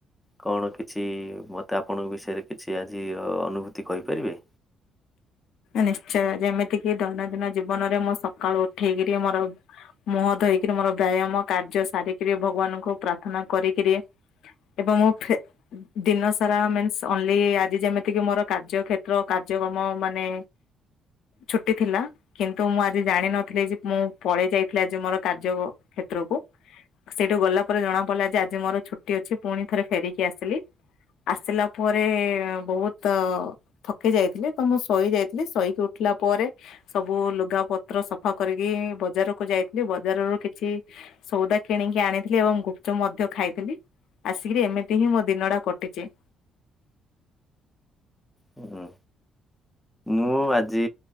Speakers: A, in the centre; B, on the left.
A: କଣ କିଛି ମୋତେ ଆପଣଙ୍କ ବିଷୟରେ କିଛି ଆଜି ଅନୁଭୂତି କହିପାରିବେ।
B: ନିଶ୍ଚୟ ଯେମିତିକି ଦୈନନ୍ଦିନ ଜୀବନରେ ମୁଁ ସକାଳୁ ଉଠେଇକିରି ମୋର ମୁହଁ ଧୋଇକିରି ମୋର ବ୍ୟାୟାମ କାର୍ଯ୍ୟ ସାରିକିରି ଭଗବାନଙ୍କୁ ପ୍ରାର୍ଥନା କରିକିରି। ଏବଂ ମୋ ଫେ ଦିନ ସାରା ମିନ୍ସ ଓନ୍ଲି ଆଜି ଯେମିତିକି ମୋର କାର୍ଯ୍ୟକ୍ଷେତ୍ର କାର୍ଯ୍ୟକ୍ରମ ମାନେ ଛୁଟି ଥିଲା। କିନ୍ତୁ ମୁଁ ଆଜି ଜାଣିନଥିଲି ଯେ ମୁଁ ପଳେଇ ଯାଇଥିଲି ଆଜି ମୋର କାର୍ଯ୍ୟ କ୍ଷେତ୍ରକୁ। ସେଇଠୁ ଗଲା ପରେ ଜଣା ପଡିଲା ଯେ ଆଜି ମୋର ଛୁଟି ଅଛି ପୁଣି ଥରେ ଫେରିକି ଆସିଲି। ଆସିଲା ପରେ ବହୁତ ଥକି ଯାଇଥିଲି ତ ମୁଁ ଶୋଇ ଯାଇ ଥିଲି ଶୋଇକି ଉଠିଲା ପରେ। ସବୁ ଲୁଗା ପତ୍ର ସଫା କରିକି ବଜାରକୁୁ ଯାଇଥିଲି ବଜାରରୁ କିଛି ସଉଦା କିଣିକି ଆଣିଥିଲି ଏବଂ ଗୁପଚପ ମଧ୍ୟ ଖାଇଥିଲି। ଆସିକିରି ଏମିତି ହିଁ ମୋ ଦିନ ଟା କଟିଛି।
A: ହୁଁ ମୁଁ ଆଜି